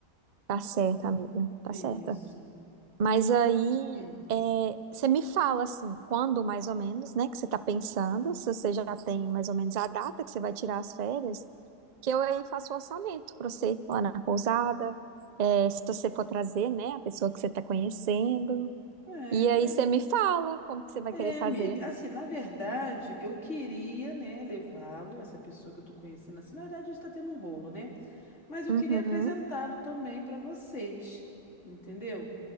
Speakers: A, on the right; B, on the left.
A: Tá certa, amiga, tá
B: Isso.
A: certa. Mas
B: Vi-
A: aí,
B: Hum.
A: é, você me fala, assim, quando mais ou menos, né, que você tá pensando, se você já tem mais ou menos a data que você vai tirar as férias, que eu aí faço o orçamento pra você lá na pousada, é, se você for trazer, né, a pessoa que você tá conhecendo.
B: É,
A: E
B: ver-
A: aí você me fala como que você vai
B: é,
A: querer fazer.
B: amiga. Assim, na verdade, eu queria, né, levá-lo, essa pessoa que eu tô conhecendo assim, na verdade, a gente tá tendo um rolo, né? Mas eu
A: Uhum,
B: queria apresentá-lo também para vocês, entendeu?